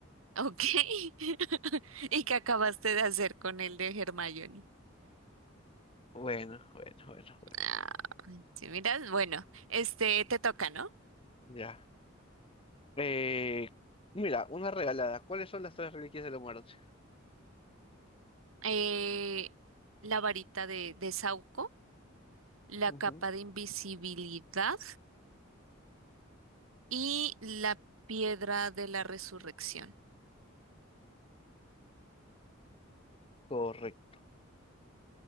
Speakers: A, on the right (about 90°); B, on the left (about 25°).
A: Ok. <laughs> ¿Y qué acabaste de hacer con el de Hermione?
B: Bueno, bueno, bueno, bueno.
A: Ah, sí, miras, bueno, este te toca, ¿no?
B: Ya. Eh, mira, una regalada. ¿Cuáles son las tres reliquias de la muerte?
A: Eh, la varita de, de Sauco, la
B: Ujú.
A: capa de invisibilidad. y la piedra de la resurrección.
B: Correcto.